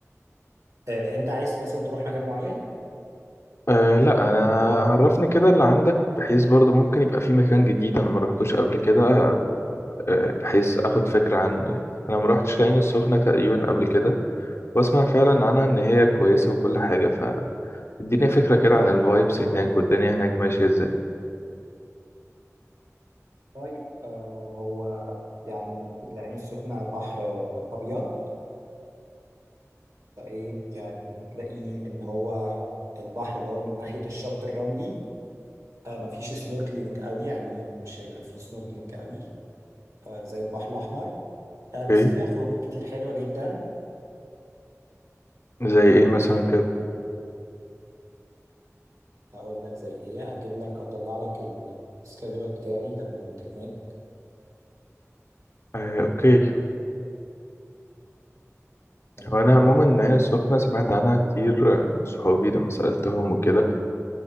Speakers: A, on the right; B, on the left.
A: آه، انت عايز مثلا تروح مكان معين
B: أه لا انا عرفني كده اللي عندك بحيث برضو ممكن يبقى في مكان جديد انا ما روحتوش قبل كده و- آه، بحيث اخد فكرة عنه يعني انا ما روحتش العين السخنة تقريبا قبل كده واسمع فعلا عنها ان هي كويسة وكل حاجة فاديني فكرة كده عن الفايبس هناك والدنيا هناك ماشية ازاي
A: طيب آه، هو يعني العين السخنه بحر ابيض فايه يعني هتلاقي ان هو البحر اللي هو من ناحيه الشط الرملي آه مفيش سنوركلينج قوي يعني مش هيبقى فيه سنوركلينج قوي آه زي البحر الاحمر آه
B: اوكي
A: بس فيها خروجات كتير حلوه جدا
B: زي ايه مثلا
A: آه
B: كده
A: اقول لك زي ايه اجيب لك اطلع لك السكادول بتاعي لما كنت هناك
B: أه اوكي
A: تمام
B: وانا عموما العين السخنة سمعت عنها كتير آه، من صحابي لما سألتهم وكده